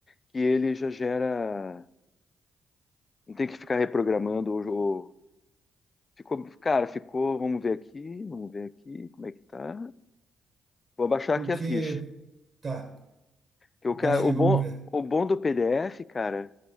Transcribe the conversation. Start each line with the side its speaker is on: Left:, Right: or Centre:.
Left: que ele já gera. Não tem que ficar reprogramando o jogo. Ficou, cara, ficou, vamos ver aqui, vamos ver aqui, como é que tá. Vou abaixar
Right: Porque,
Left: aqui a ficha.
Right: tá,
Left: Que o
Right: baixa
Left: cara, o
Right: aí,
Left: bom,
Right: vamos ver.
Left: o bom do PDF, cara,